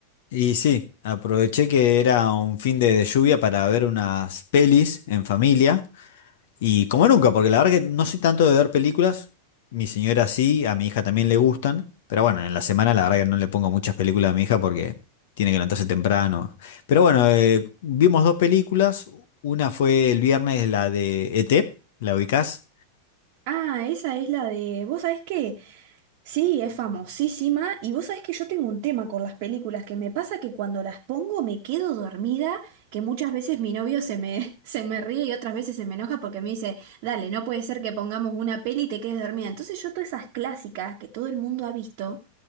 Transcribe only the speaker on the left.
Y sí, aproveché que era un fin de, de lluvia para ver unas pelis en familia. Y como nunca, porque la verdad que no soy tanto de ver películas. Mi señora sí, a mi hija también le gustan. Pero bueno, en la semana la verdad que no le pongo muchas películas a mi hija porque tiene que levantarse temprano. Pero bueno, eh, vimos dos películas. Una fue el viernes, la de ET, ¿la ubicás?